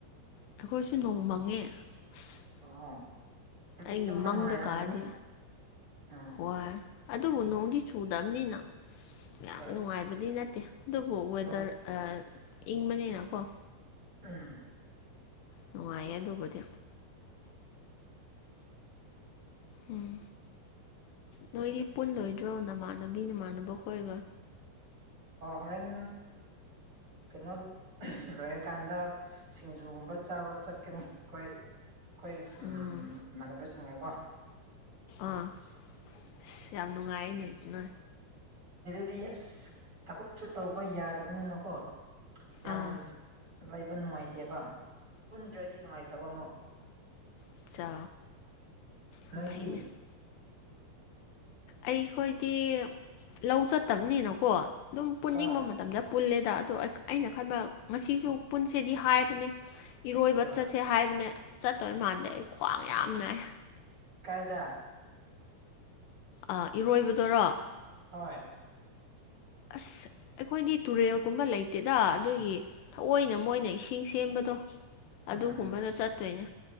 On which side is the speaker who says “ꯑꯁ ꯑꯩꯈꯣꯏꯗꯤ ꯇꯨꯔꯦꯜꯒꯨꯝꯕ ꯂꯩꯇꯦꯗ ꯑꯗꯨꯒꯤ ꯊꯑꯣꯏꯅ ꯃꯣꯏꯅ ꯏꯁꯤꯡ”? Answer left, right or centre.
Left